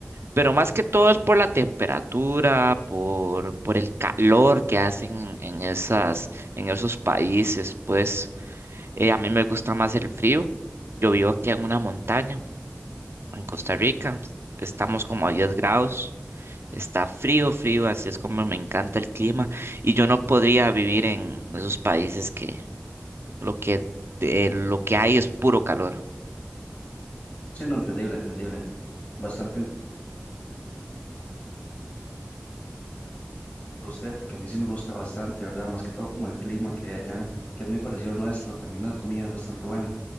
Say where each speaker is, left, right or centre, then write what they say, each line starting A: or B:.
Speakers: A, on the right; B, on the left.
A: pero más que todo es por la temperatura, por, por el calor que hacen en esas, en esos países, pues eh, a mí me gusta más el frío. Yo vivo aquí en una montaña, en Costa Rica, estamos como a 10 grados. Está frío, frío, así es como me encanta el clima y yo no podría vivir en esos países que lo que, de- lo que hay es puro calor.
B: Sí, no, entendible, entendible. Bastante ent- usted, porque a mí sí me gusta bastante, ¿verdad? Más que todo como el clima que hay allá, que es muy parecido al nuestro, también la comida es bastante buena.